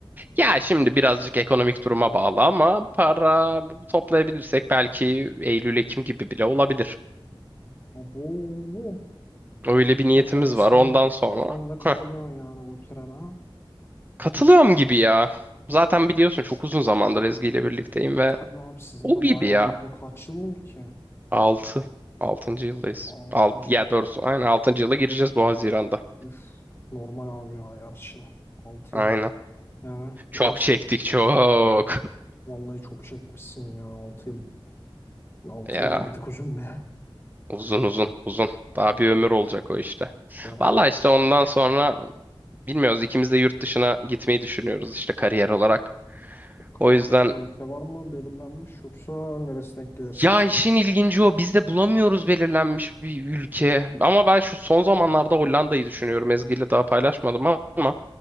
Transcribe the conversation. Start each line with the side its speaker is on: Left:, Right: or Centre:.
Right: ya şimdi birazcık ekonomik duruma bağlı ama para toplayabilirsek belki Eylül Ekim gibi bile olabilir
Left: Abo.
Right: öyle bir niyetimiz
Left: Sen de, sen,
Right: var ondan sonra
Left: sen de katılıyorsun
Right: <laughs>
Left: yani bu trene ha?
Right: Katılıyorum gibi ya. Zaten biliyorsun çok uzun zamandır Ezgi ile birlikteyim
Left: E
Right: ve
Left: tabii abi sizin
Right: o
Left: de
Right: gibi
Left: bayağı
Right: ya.
Left: oldu. Kaç yıl oldu ki?
Right: altı 6. yıldayız.
Left: altıncı
Right: Alt, ya
Left: yıl.
Right: doğrusu aynen 6. yıla gireceğiz bu Haziran'da.
Left: Üf, normal abi ya her şey. 6
Right: Aynen.
Left: yıl. Yani
Right: Çok
Left: bu insan
Right: çektik çok. <laughs>
Left: vallahi çok çekmişsin ya 6 yıl. altı
Right: Ya
Left: yıl da bir tık uzun be.
Right: uzun uzun uzun. Daha bir ömür olacak o işte.
Left: Gerçek.
Right: Valla işte ondan sonra bilmiyoruz ikimiz de yurt dışına gitmeyi düşünüyoruz işte kariyer olarak.
Left: Kafada
Right: O yüzden
Left: bir tane ülke var mı belirlenmiş yoksa neresine denk gelirse.
Right: Ya
Left: sen-
Right: işin ilginci o. Biz de bulamıyoruz belirlenmiş bir ülke. Ama ben şu son zamanlarda Hollanda'yı düşünüyorum. Ezgi ile daha paylaşmadım ama